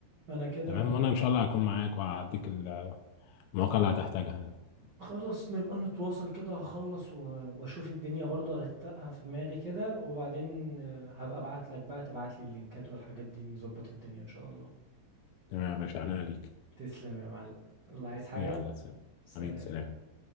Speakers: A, on the right (about 85°); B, on the left (about 85°).
A: انا كده
B: تمام وأنا إن شاء الله هكون معاك وهعديك المواقع اللي هتحتاجها يعني
A: خلاص نبقى نتواصل كده هخلص و... واشوف الدنيا برضو ارتقها في دماغي كده وبعدين آه، هبقى ابعت لك بقى تبعت لي اللينكات والحاجات دي نظبط الدنيا ان شاء الله
B: تمام يا باشا أنا ليك
A: تسلم يا معلم الله عايز حاجة
B: يلا سلام
A: سلام
B: حبيبي سلام